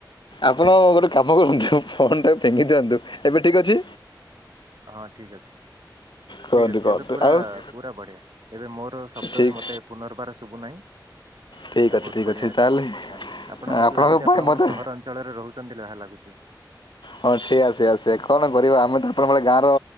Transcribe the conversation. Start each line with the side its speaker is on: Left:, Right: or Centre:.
Left: ଆପଣ ଗୋଟେ କାମ କରନ୍ତୁ, ଫୋନ ଟା ଫିଙ୍ଗି ଦିଅନ୍ତୁ, ଏବେ ଠିକ ଅଛି।
Right: ହଁ ଠିକ ଅଛି,
Left: କୁହନ୍ତୁ
Right: ଠିକ ଅଛି,
Left: କୁହନ୍ତୁ
Right: ଏବେ ପୁରା
Left: ଠିକ୍ ଆଉ ଅଛି,
Right: ପୁରା ବଢିଆ। ଏବେ ମୋର ଶବ୍ଦ
Left: ଠିକ୍
Right: ବି ମୋତେ ପୁନର୍ବାର ଶୁଭୁନାହିଁ।
Left: ଠିକ୍
Right: ଆଉ
Left: ଅଛି
Right: ବହୁତ
Left: ଠିକ୍
Right: ବଢିଆ ଅଛି,
Left: ତାହେଲେ ବଢିଆ।
Right: ହଁ ହଁ ଆପଣ ମତେ
Left: ଆପଣଙ୍କ
Right: ଲାଗୁଛି ଆପଣ
Left: ପାଇଁ
Right: ଗୋଟେ
Left: ମୋତେ
Right: ସହର ଞ୍ଚଳରେ ରହୁଛନ୍ତି, ଯାହା ଲାଗୁଛି।
Left: ହଁ ଠିକଆସ ଆସେ କଣ କରିବା ଆମେ ତ ଆପଣଙ୍କ ଭଳି ଗାଁର